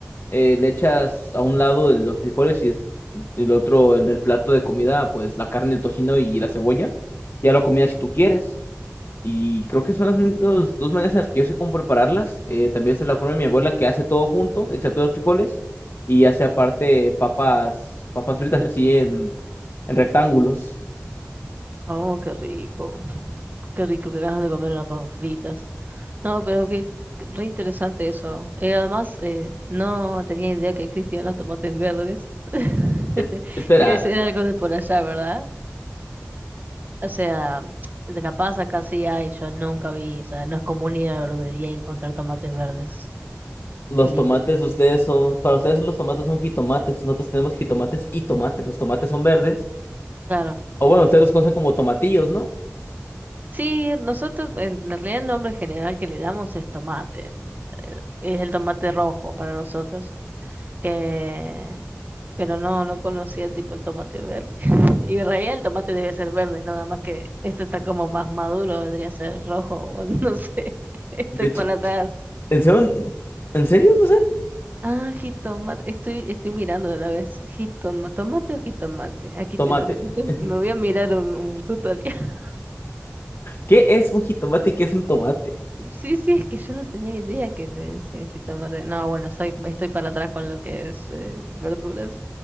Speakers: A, on the left (about 55°); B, on the right (about 35°).
A: eh, le echas a un lado de los frijoles y es- el otro en el plato de comida, pues la carne, el tocino y la cebolla. Ya lo comida si tú quieres. Y creo que son las únicas dos maneras en las que yo sé cómo prepararlas. Eh, también está la forma de mi abuela que hace todo junto, excepto los frijoles, y hace aparte papas, papas fritas así en, en rectángulos.
B: Oh, qué rico. Qué rico, qué ganas de comer unas papas fritas. No, pero que re interesante eso. Eh, además, eh, no tenía idea que existían los tomates verdes. <laughs>
A: Eh, espera,
B: Debe ser algo de por allá, ¿verdad? O sea, de capaz acá sí hay, yo nunca vi. O sea, no es común ir a la verdulería y encontrar tomates verdes.
A: los
B: Lit.
A: tomates ustedes son, para ustedes los tomates son jitomates, nosotros tenemos jitomates y tomates, los tomates son verdes.
B: Claro.
A: O bueno, ustedes los conocen como tomatillos, ¿no?
B: Sí, nosotros, en realidad el nombre general que le damos es tomate. Es el tomate rojo para nosotros. que... Pero no, no conocía tipo el tomate verde. <laughs> Y en realidad el tomate debe ser verde, nada más que esto está como más maduro, vendría a ser rojo, o <laughs> no sé. Estoy
A: De hecho,
B: para atrás.
A: ¿en serio, en serio no saben
B: Ah, jitomate, estoy, estoy mirando de la vez. jitomate ¿tomate o jitomate? Aquí
A: tomate?
B: te lo <laughs>
A: <laughs>
B: me voy a mirar un, un tutorial. <laughs>
A: ¿Qué es un jitomate y qué es un tomate?
B: Sí, sí, es que yo no tenía idea que le decían jitomate. No, bueno, soy, estoy para atrás con lo que es eh, verduras.